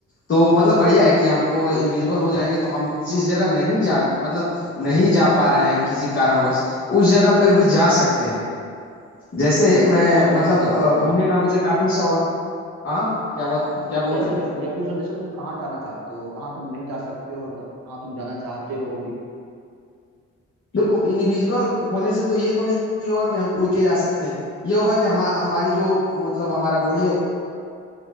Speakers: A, on the left (about 35°); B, on the right (about 65°).
A: तो मतलब
B: ज-
A: बढ़िया है कि हमको इनविजिबल हो जाएंगे तो हम जिस जगह नहीं जा मतलब नहीं जा पा रहे हैं किसी कारणवश उस जगह पर भी जा सकते हैं जैसे
B: जैसे
A: मैं
B: कहाँ जाना
A: मतलब
B: चाहते
A: अ,
B: हो
A: घूमने
B: तुम
A: का मुझे काफी शौक हाँ क्या बात क्या बोल
B: जैसे
A: रहे हो
B: मैं मैं पूछ रहा हूँ जैसे तुम कहाँ जाना चाहते हो कहाँ तुम नहीं जा सकते हो और जा- कहाँ तुम जाना चाहते हो भी
A: देखो इनविजिबल होने से तो ये तो नहीं होगा कि हम उड़ के जा सकते हैं ये होगा कि हम हमारी जो मतलब हमारा बॉडी है